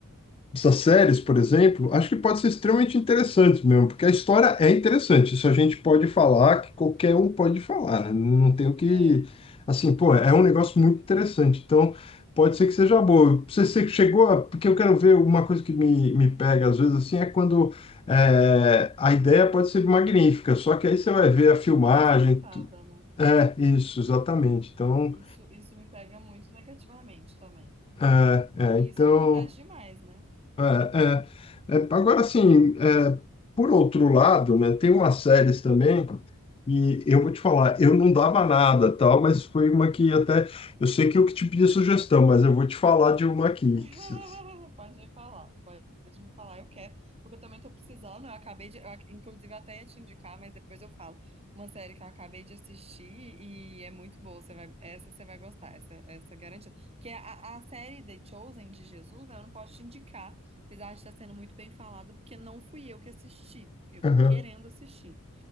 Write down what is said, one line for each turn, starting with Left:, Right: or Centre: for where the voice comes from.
Left: essas séries, por exemplo, acho que pode ser extremamente interessante mesmo, porque a história é interessante. Isso a gente pode falar, que qualquer um pode falar, né? Não tem o que.
Right: é,
Left: Assim, pô, é um negócio muito interessante. Então, pode ser que seja boa. Você você chegou a. Porque eu quero ver uma coisa que me, me pega, às vezes, assim, é quando é, a ideia pode ser magnífica, só que aí você vai ver a filmagem.
Right: mal executada,
Left: tu-
Right: né?
Left: É, isso, exatamente. Então,
Right: Isso, isso me pega muito negativamente também.
Left: é,
Right: E
Left: é, então.
Right: isso acontece demais, né?
Left: É, é, é, agora, assim, é, por outro lado, né, tem umas séries também, e eu vou te falar, eu não dava nada, tal, mas foi uma que até, eu sei que eu que te pedi sugestão, mas eu vou te falar de uma aqui.
Right: <laughs>
Left: que se-
Right: Pode me falar, pode me falar, eu quero, porque eu também tô precisando. Eu acabei de, eu ac- inclusive, eu até ia te indicar, mas depois eu falo. Uma série que eu acabei de assistir e é muito boa. Você vai, essa você vai gostar, essa, essa é garantida. Porque a, a série The Chosen de Jesus, né? Eu não posso te indicar, apesar de estar sendo muito bem falada, porque não fui eu que assisti. Eu tô
Left: Aham.
Right: querendo assistir.